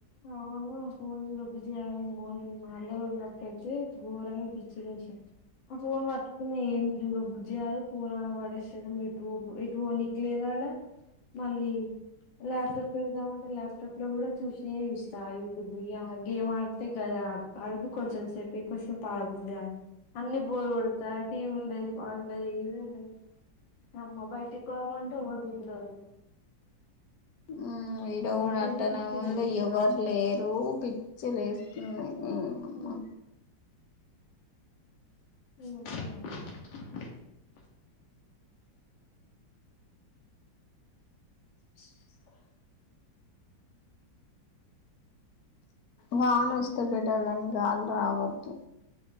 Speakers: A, on the left; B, on the left.
A: అవును ఫోన్ చూడబుద్దీ ది మూడు మా అన్నది ఉన్నపటినుంచి ఘోరంగా పిచ్చి లేసింది ఆ ఫోన్ పట్టుకుని ఏం జూడ బుజ్జుకదు ఫోన్ అడ పడేసి ఏదన్న ఎటు ఫోన్క్ లేదా డ మళ్ళీ లాప్టాప్ చూద్దాం అంటే లాప్టాప్ లో కూడా చూస్ దే చూస్తా యూట్యూబ్ గేమ్ ఆడతే గదే ఆడత అది కూడా కొంచెం సేప్ ఆది ఎక్కువ సేపు ఆడాబుద్ధి కాదు అన్ని బోర్ కొడతది ఆ టీవీ ఉండది పాడ్ ఉండదు ఎం ఉండదు అమ్మ బయటికి వోదం అంటే ఎవరు ఉండరు
B: ఉ ఈడ
A: అదైతే
B: కూడా అట్టనే
A: పిచ్చి
B: ఉంది
A: లేసి
B: ఎవరు
A: నాకు
B: లేరు పిచ్చి లేస్తుంది నీయమ్మ
A: హు హు <unintelligible> <inaudible>
B: వానోస్తే బెటర్ గనీ గాలి రావద్దు